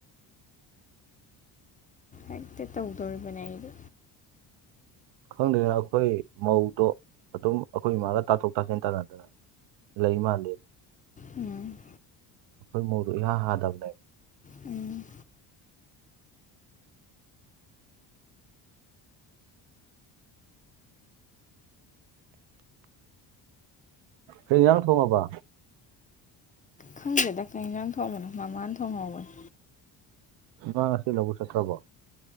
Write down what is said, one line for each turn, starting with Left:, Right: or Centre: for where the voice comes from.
Left: ꯍꯦꯛꯇ ꯇꯧꯗꯣꯔꯤꯕꯅꯦ ꯑꯩꯗꯣ
Right: ꯈꯪꯗꯦꯅ ꯑꯩꯈꯣꯏ ꯃꯧꯗꯣ ꯑꯗꯨꯝ ꯑꯩꯈꯣꯏ ꯏꯃꯥꯒ ꯇꯥꯊꯣꯛ ꯇꯥꯁꯤꯟ ꯇꯥꯟꯅꯗꯅ ꯂꯩ ꯃꯥꯥꯟꯂꯦ
Left: ꯎꯝ
Right: ꯑꯩꯈꯣꯏ ꯃꯣꯔꯨ ꯏꯍꯥ ꯍꯥꯗꯕꯅꯦꯕ
Left: ꯎꯝ
Right: ꯍꯩ ꯌꯥꯪ ꯊꯣꯉꯕ
Left: ꯈꯪꯖꯦꯗ ꯀꯥꯏꯅꯪ ꯊꯣꯡꯕꯅ ꯃꯃꯥꯅ ꯊꯣꯡꯉꯧꯕꯅꯤ
Right: ꯢꯃꯥ ꯉꯁꯤ ꯂꯕꯨꯛ ꯆꯠꯇ꯭ꯔꯕꯣ